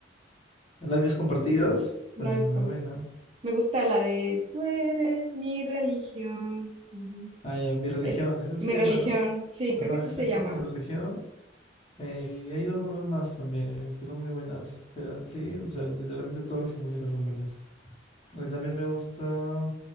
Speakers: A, on the left; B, on the right.
A: Labios Compartidos,
B: no
A: también
B: hay
A: es
B: compro.
A: muy buena.
B: Me gusta la de Tú eres mi religión. Ujú.
A: Ah, ya, Mi Religión,
B: Es
A: esa se
B: mi
A: llama,
B: religión,
A: ¿no?
B: sí,
A: Ajá,
B: creo que sí
A: exacto,
B: se llama.
A: Mi Religión. Eh, y hay unos nombres más también eh, que son muy buenas, pero sí, o sea, literalmente todas sus músicas son buenas. Eh, también me gusta,